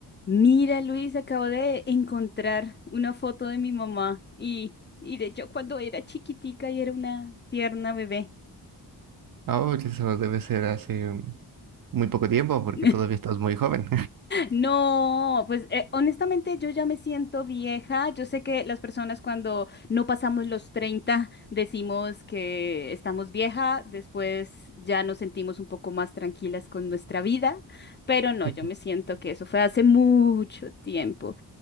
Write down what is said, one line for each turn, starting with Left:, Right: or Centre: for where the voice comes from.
Left: Mira, Luis, acabo de encontrar una foto de mi mamá y, y de yo cuando era chiquitica y era una tierna bebé.
Right: Oh, eso debe ser hace muy poco tiempo porque
Left: <laughs>
Right: todavía estás muy joven.
Left: No, pues eh, honestamente yo ya me siento vieja. Yo sé que las personas cuando no pasamos los 30 decimos que estamos vieja, después ya nos sentimos un poco más tranquilas con nuestra vida, pero no,
Right: <laughs>
Left: yo me siento que eso fue hace mucho tiempo.